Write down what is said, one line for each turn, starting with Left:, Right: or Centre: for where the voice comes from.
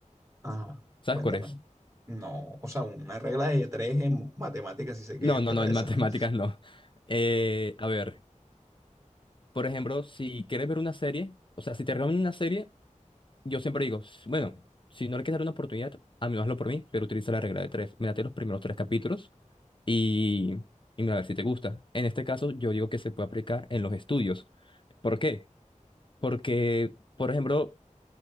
Right: Ajá.
Left: ¿Sabes
Right: Cuéntame.
Left: cuál es?
Right: No, o sea, una regla de tres en matemáticas sí sé qué
Left: No,
Right: es,
Left: no,
Right: pero
Left: no,
Right: esa
Left: en <laughs> matemáticas
Right: no.
Left: no. Eh, a ver, por ejemplo, si quieres ver una serie, o sea, si te recomiendan una serie, Yo siempre digo, s- bueno, si no le quieres dar una oportunidad, a menos hazlo por mí, pero utiliza la regla de tres. Mírate los primeros tres capítulos y, y mira a ver si te gusta. En este caso, yo digo que se puede aplicar en los estudios. ¿Por qué? Porque, por ejemplo,